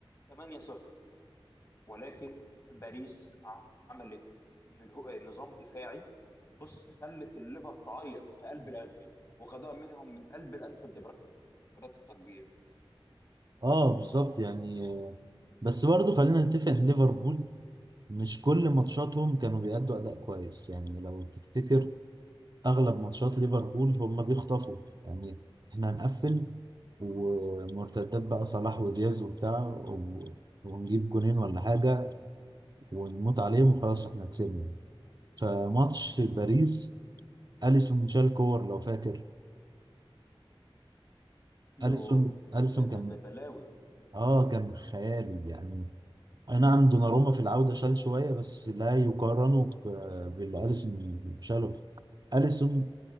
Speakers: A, on the left; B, on the right.
A: 8-0 ولكن باريس عملت نجو- آه، نظام دفاعي بص خلت الليفر تعيط في قلب الانفيلد وخدها منهم من قلب الانفيلد بركلات الترجيح
B: اه بالظبط يعني بس برضو خلينا نتفق ان ليفربول مش كل ماتشاتهم كانوا بيأدوا أداء كويس يعني لو تفتكر أغلب ماتشات ليفربول هم بيخطفوا يعني احنا هنقفل ومرتدات بقى صلاح ودياز وبتاع و- ونجيب جونين ولا حاجة ونموت عليهم وخلاص احنا كسبنا فماتش باريس اليسون شالكور لو فاكر
A: يوه
B: اليسون اليسون
A: ب- ب-
B: كان
A: بلاوي
B: اه كان خيالي يعني اي نعم دوناروما في العودة شال شوية بس لا يقارنوا ب- باللي اليسون شاله اليسون